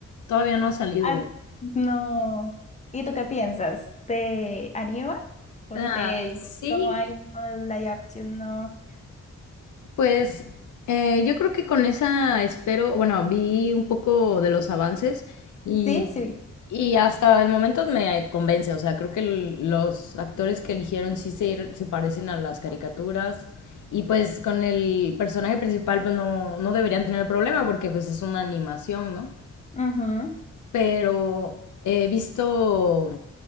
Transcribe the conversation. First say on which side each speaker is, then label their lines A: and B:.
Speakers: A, on the left; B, on the left.
A: Todavía no ha salido,
B: Ah,
A: ¿verdad?
B: no. ¿Y tú qué piensas? ¿Te anima? ¿O
A: Ah,
B: te dice
A: sí,
B: como, ay, no, la opción no?
A: Pues eh, yo creo que con esa espero, bueno, vi un poco de los avances y,
B: Sí, sí.
A: y hasta el momento me convence, o sea, creo que el- los actores que eligieron sí se, se parecen a las caricaturas y pues con el personaje principal pues no, no deberían tener problema porque pues es una animación, ¿no?
B: Ujú.
A: Pero he visto